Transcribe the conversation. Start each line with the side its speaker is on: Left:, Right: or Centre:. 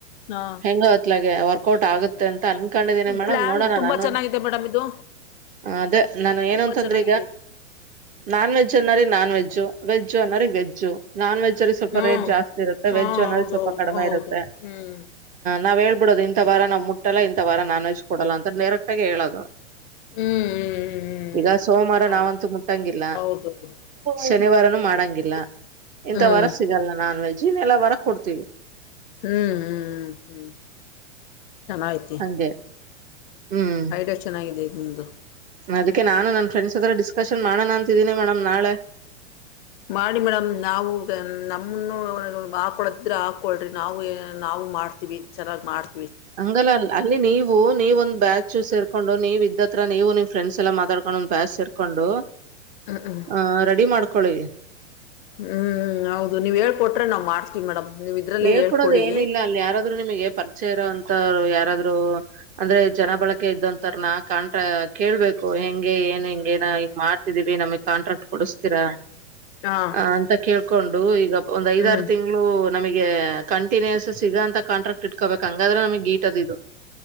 Left: ಹಾ
Right: ಹೆಂಗ ಅತ್ಲಾಗೆ ವರ್ಕೌಟ್ ಆಗುತ್ತೆ ಅ ಅನ್ಕೊಂಡಿದ್ದೀನಿ ಮೇಡಮ್,
Left: ಪ್ಲಾನ್
Right: ನೋಡೋಣ
Left: ತುಂಬಾ
Right: ನಾನು
Left: ಚೆನ್ನಾಗಿದೆ ಮೇಡಮ್ ಇದು
Right: ಅದೇ ನಾನ್ ಏನ
Left: ತುಂಬಾ
Right: ಅಂತಂದ್ರೆ
Left: ಚೆನ್ನಾಗಿದೆ
Right: ನಾನ್ವೆೆಜ್ಜ್ ಅನ್ನರಿಗೆ ನಾನ್ವೆೆಜ್ಜು, ವೆಜ್ಜು ಅನ್ನರಿಗೆ ವೆಜ್ಜು, ನಾನ್ವೆೆಜ್ಜ್ ಸ್ವಲ್ಪ
Left: ಹ್ಮ್
Right: ರೇಟ್ ಜಾಸ್ತಿ ಇರುತ್ತೆ,
Left: ಹಾ
Right: ವೆಜ್ ಅನ್ನೋ
Left: ಹೌದು
Right: ಸ್ವಲ್
Left: ಹೌದು
Right: ಕಡಿಮೆ
Left: ಹೌದು
Right: ಇರುತ್ತೆ,
Left: ಹ್ಮ್
Right: ನಾವ್ ಬಿಡೋದು ಇಂತ ವಾರ ನಾವ್ ಮುಟ್ಟಲ್ಲ, ಇಂತ ವಾರ ನಾನ್ ವೆಜ್ ಕೊಡಲ್ಲ ಅಂತ ಡೈರೆಕ್ ಆಗಿ ಹೇಳೋದು.
Left: ಹ್ಮ್ ಹ್ಮ್
Right: ಈಗ
Left: ಹ್ಮ್
Right: ಸೋಮವಾರ
Left: ಹೌದು
Right: ನಾವಂತೂ ಮುಟ್ಟಂಗಿಲ್ಲ,
Left: ಹೌದು ಹೌದು
Right: ಶನಿವಾರನು ಮಾಡಂಗಿಲ್ಲ. ಇಂತ
Left: ಹ್ಮ್
Right: ವಾರ ಸಿಗಲ್ಲ ನಾನ್ ವೆಜ್, ಇನ್ನೆಲ್ಲ ವಾರ ಕೊಡ್ತೀವಿ.
Left: ಹ್ಮ್ ಹ್ಮ್ ಹ್ಮ್ ಹ್ಮ್ ಚೆನ್ನಾಗೈತಿ.
Right: ಹಂಗೆ ಹ್ಮ್
Left: ಐಡಿಯಾ ಚೆನ್ನಾಗಿದೆ ನಿಮ್ದು.
Right: ಅದಕ್ಕೆ ನಾನು ನನ್ ಫ್ರೆಂಡ್ಸ್ ಹತ್ರ ಡಿಸ್ಕಶನ್ ಮಾಡೋಣ ಅಂತಿದ್ದೀನಿ ಮೇಡಮ್ ನಾಳೆ.
Left: ಮಾಡಿ ಮೇಡಮ್ ನಾವು ನಮ್ಮನ್ನು ಹಾಕೊಳೊದಾದ್ರೆ ಹಾಕೊಳ್ರಿ ನಾವು ನಾವು ಮಾಡ್ತೀವಿ ಚೆನ್ನಾಗಿ ಮಾಡ್
Right: ಹಂಗಲ್ಲ ಅಲ್ಲಿ ನೀವು ನೀವ ಒಂದ್ ಬ್ಯಾಚ್ ಸೇರ್ಕೊಂಡು ನೀವ್ ಇದ್ದ ಹತ್ರ ನೀವುಮ ಫ್ರೆಂಡ್ಸ್ ಎಲ್ಲ ಮಾತಾಡ್ಕೊಂಡು, ಒಂದು ಬ್ಯಾಚ್ ಸೇರ್ಕೊಂಡು
Left: ಹ್ಮ್ ಹ್ಮ್
Right: ಆ ರೆಡಿ ಮಾಡ್ಕೊಳ್ಳಿ.
Left: ಹ್ಮ್ ಹ್ಮ್ ಹ್ಮ್ ಹೌದು ನೀವ್ ಹೇಳ್ಕೊಟ್ರೆ ನಾವ್ ಮಾಡ್ತ ಮೇಡಮ್ ನೀವ್ ಇದ್ರಲ್ಲೇ
Right: ಹೇಳ್ಕೊಡೋದು
Left: ಹೇಳ್ಕೊಡಿ
Right: ಏನಿಲ್ಲ, ಅಲ್ಲಿ ಯಾರಾದ್ರು ನಿಮ್ಗೆ ಪರಿಚಯ ಇರೊಂತೋವ್ರು ಯಾರಾದ್ರು ಅಂದ್ರೆ ಜನ
Left: ಹ್ಮ್
Right: ಬಳಕೆ ಇದ್ದಂತೋರ್ನ ಕಾಣ ಕೇಳ್ಬೇಕು ಹೆಂಗ ಹಂ ಏನ್
Left: ಹ್ಮ್
Right: ಹಿಂಗೇನೋ ಹಿಂಗ್ ಮಾಡ್ತಿದೀವಿ ನಮ್ಗ್ ಕಾಂಟ್ರಾಕ್ಟ್ ಕೊಡಿಸ್ತೀರಾ?
Left: ಹ್ಮ್ ಹಾ
Right: ಹ ಅಂತ ಕೇಳ್ಕೊಂಡು
Left: ಹ್ಮ್
Right: ಈಗ ಒಂದ್ ಐದಾರು
Left: ಹ್ಮ್
Right: ತಿಂಗಳು ನಮಗೆ ಕಂಟಿನ್ಯೂಸ್ ಸಿಗೋ ಅಂತ ಕಾಂಟ್ರಾಕ್ಟ್ ಇಟ್ಕೊಬೇಕು, ಹಂಗಾದ್ರೆ ನಮಗೆ ಗೀಟದು ಇದು.